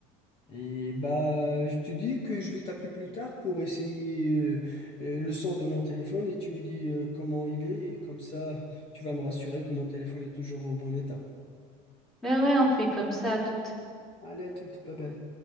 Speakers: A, on the left (about 30°); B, in the centre.
A: Et bah, je te dis que je vais t'appeler plus tard pour essayer euh, euh, le son de mon téléphone et tu me dis euh, comment il est. Et comme ça, tu vas me rassurer que mon téléphone est toujours en bon état.
B: Ben ouais, on fait comme ça à toutes.
A: Allez, à toute, bye bye.